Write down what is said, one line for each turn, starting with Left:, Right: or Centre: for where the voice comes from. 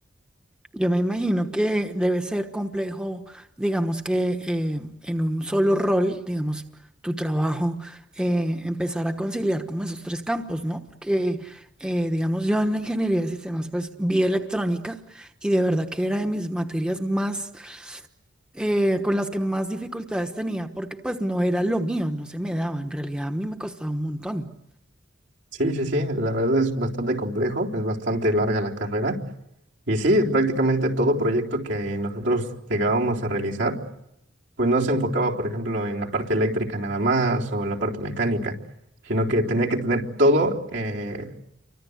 Centre: Yo me imagino que debe ser complejo, digamos que eh, en un solo rol, digamos, tu trabajo, eh, empezar a conciliar como esos tres campos, ¿no? Porque, eh, digamos, yo en la ingeniería de sistemas, pues vi electrónica y de verdad que era de mis materias más, eh, con las que más dificultades tenía, porque pues no era lo mío, no se me daba, en realidad a mí me costaba un montón,
Right: Sí, sí, sí, la verdad es bastante complejo, es bastante larga la carrera. Y sí, prácticamente todo proyecto que nosotros llegábamos a realizar, pues no se enfocaba, por ejemplo, en la parte eléctrica nada más o la parte mecánica, sino que tenía que tener todo, eh,